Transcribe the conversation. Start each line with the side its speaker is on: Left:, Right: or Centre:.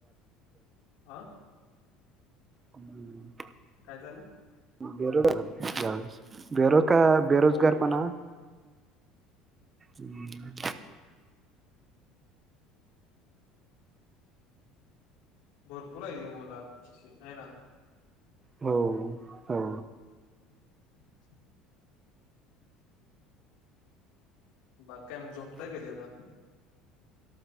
Left: आं
Right: हम्म
Left: काय झालं?
Right: बेरोज बेरोज का बेरोजगार
Left: होय होय
Right: पणा हम्म
Left: भरपूर आहे मुलात तशी आहे ना
Right: हो हो
Left: <inaudible> बाग काय मग झोपताय कधी आता?